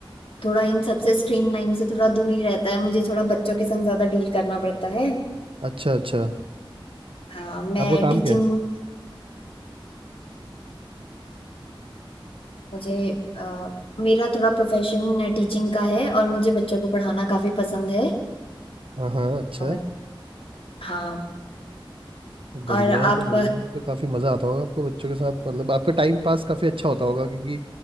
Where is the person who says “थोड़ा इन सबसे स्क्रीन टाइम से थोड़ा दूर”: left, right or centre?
Left